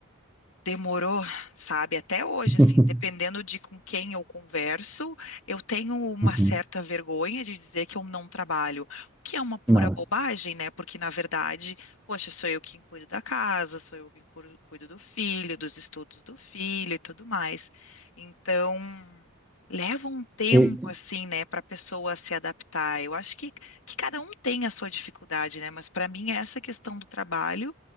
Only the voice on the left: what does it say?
Demorou, sabe? Até hoje,
assim, dependendo de com quem eu converso, eu tenho uma
certa vergonha de dizer que eu não trabalho, o que é uma pura
bobagem, né? Porque, na verdade, poxa, sou eu quem cuido da casa, sou eu quem cur- cuido do filho, dos estudos do filho e tudo mais. Então, leva um tempo,
assim, né, para a pessoa se adaptar. Eu acho que, que cada um tem a sua dificuldade, né? Mas, para mim, essa questão do trabalho